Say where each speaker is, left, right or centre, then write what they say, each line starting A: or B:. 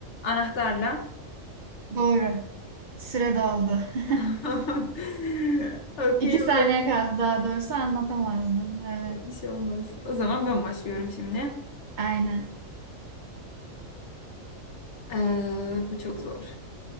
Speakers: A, on the left; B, on the right.
A: anahtarla.
B: Doğru. Süre doldu. <laughs>
A: <laughs> Okey
B: İki saniye
A: o zaman.
B: kaldı daha doğrusu anlatamazdım. Evet.
A: Bir şey olmaz. O zaman ben başlıyorum şimdi.
B: Aynen.
A: Ee, bu çok zor.